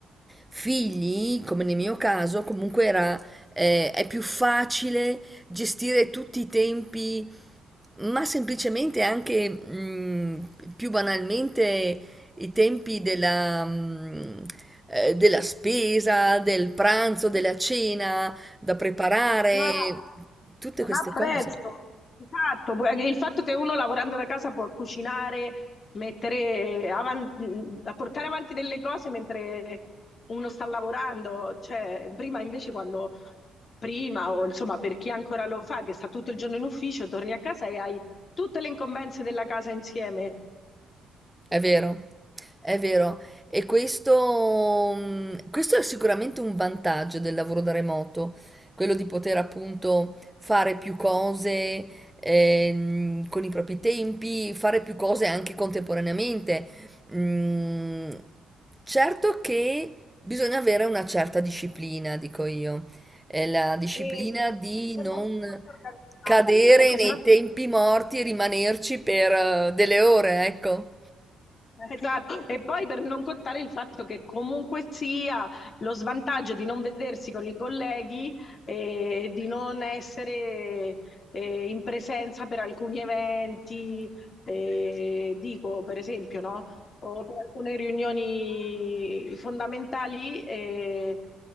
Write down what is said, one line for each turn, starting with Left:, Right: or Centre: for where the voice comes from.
Centre: figli, come nel mio caso, comunque era, eh, è più facile gestire tutti i tempi, ma semplicemente anche mh, più banalmente i tempi della, mh, eh, della spesa, del pranzo, della cena da preparare,
Left: No,
Centre: tutte
Left: non
Centre: queste
Left: apprezzo.
Centre: cose.
Left: Esatto, poi il fatto che uno lavorando da casa può cucinare, mettere avanti, portare avanti delle cose mentre uno sta lavorando, cioè prima invece quando prima o insomma per chi ancora lo fa che sta tutto il giorno in ufficio, torni a casa e hai tutte le incombenze della casa insieme.
Centre: È vero, è vero. E questo, mh, questo è sicuramente un vantaggio del lavoro da remoto, quello di poter appunto fare più cose ehm, con i propri tempi, fare più cose anche contemporaneamente. Mm, certo che bisogna avere una certa disciplina, dico io, È la disciplina
Left: E
Centre: di
Left: bisogna
Centre: non
Left: essere molto organizzati,
Centre: cadere
Left: Perché
Centre: nei
Left: sennò
Centre: tempi morti e rimanerci per eh, delle ore, ecco.
Left: Esatto, e poi per non contare il fatto che comunque sia lo svantaggio di non vedersi con i colleghi e di non essere eh, in presenza per alcuni eventi, eh, dico per esempio, no? O per alcune riunioni fondamentali, eh,